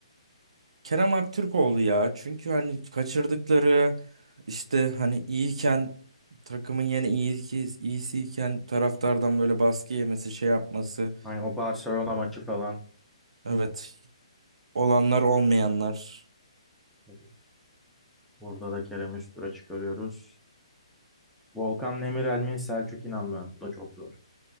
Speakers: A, on the right; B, in the centre.
A: Kerem Aktürkoğlu ya. Çünkü hani kaçırdıkları işte hani iyiyken takımın yine iyi ki iyisiyken taraftardan böyle baskı yemesi, şey yapması.
B: Aynen o Barcelona maçı falan.
A: Evet, olanlar olmayanlar.
B: Tabii. Burada da Kerem'i üst tura çıkarıyoruz. Volkan Demirel mi Selçuk İnan mı? Bu da çok zor.